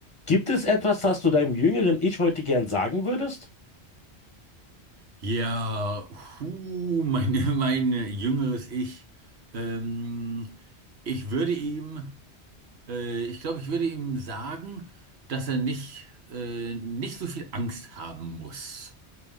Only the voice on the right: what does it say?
Ja, hu, mein, <laughs> mein jüngeres Ich. Ähm, ich würde ihm, äh, ich glaube, ich würde ihm sagen, dass er nicht, äh, nicht so viel Angst haben muss.